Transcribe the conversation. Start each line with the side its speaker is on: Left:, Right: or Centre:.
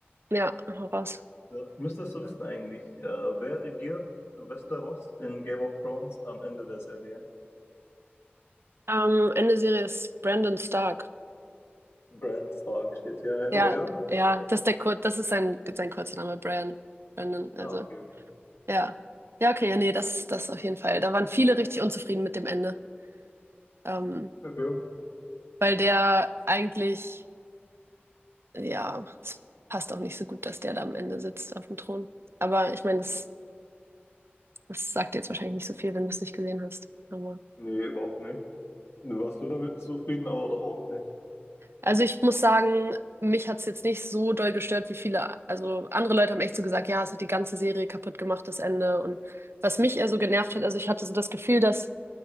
Right: Ja, hau raus.
Left: Ja, Du müsstest so wissen eigentlich. Äh, wer regiert Westeros in Game of Thrones am Ende der Serie?
Right: Ähm, Ende Serie ist Brandon Stark.
Left: Bran Stark steht hier,
Right: Ja,
Left: aber ja.
Right: ja, das ist der Kur das ist sein, sein kurzer Name, Brian Brandon, also,
Left: Ja, okay.
Right: ja. Ja, okay, ja, nee, das, das auf jeden Fall. Da waren viele richtig unzufrieden mit dem Ende. Ähm,
Left: Okay.
Right: weil der eigentlich, ja, es passt auch nicht so gut, dass der da am Ende sitzt auf dem Thron. Aber ich meine, das, das sagt jetzt wahrscheinlich nicht so viel, wenn du es nicht gesehen hast. Aber,
Left: Nee, überhaupt nicht. Warst du damit zufrieden, aber oder auch nicht?
Right: also ich muss sagen, mich hat es jetzt nicht so doll gestört wie viele. Also andere Leute haben echt so gesagt, ja, es hat die ganze Serie kaputt gemacht, das Ende. Und was mich eher so genervt hat, also ich hatte so das Gefühl, dass